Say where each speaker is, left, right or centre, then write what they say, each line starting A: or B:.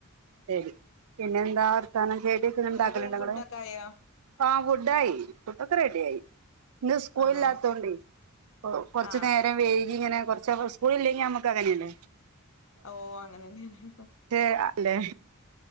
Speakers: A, on the right; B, on the left.
A: ശരി പിന്നെയെന്താ, വർത്താനം കേക്കൊക്കെയുണ്ടാക്കിണിണ്ടോനിങ്ങള്
B: നിങ്ങക്ക് ഫുഡൊക്കെ ആയോ
A: ആ.. ഫുഡായി ഫുഡൊക്കെ റെഡിയായി, ഇന്നു സ്കൂളില്ലാത്തോണ്ട്
B: ആണോ
A: കൊറച്ചുനേരം
B: ആഹ്
A: വൈകി യിങ്ങനെ കൊറച്ച, സ്കൂളില്ലെങ്കിൽനമ്മുക്കങ്ങനെയാണ്
B: ഓ, അങ്ങനെ തന്നെയാണ്
A: ശ അല്ലെ